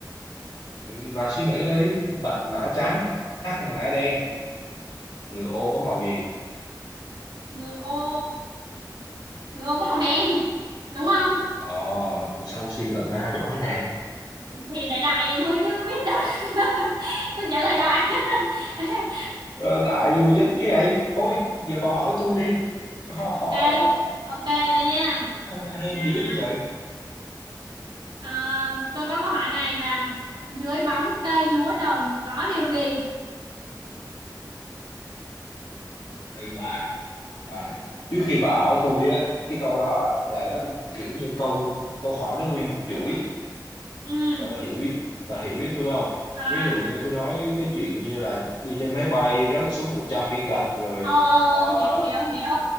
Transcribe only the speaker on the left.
đi vào suy nghĩ đi. Bạch mã trắng,
hắc mã đen. Ngựa ô có màu gì?
Ờ, ủa sao suy luận ra giỏi thế này?
Ờ, đại vừa dính như vậy. Thôi, giờ bà hỏi tôi đi. Họ,
họ,
sao mà hên
dữ vậy trời.
Tùy bà, bà. Trước khi bà hỏi tôi á, cái câu đó là nó kiểu như câu câu hỏi nó nguyên một chuỗi.
bà bà hiểu biết bà hiểu ý tôi không
ví dụ như tôi nói cái chuyện như là đi trên máy bay rớt xuống 100 viên gạch rồi
ờ,
<laughs>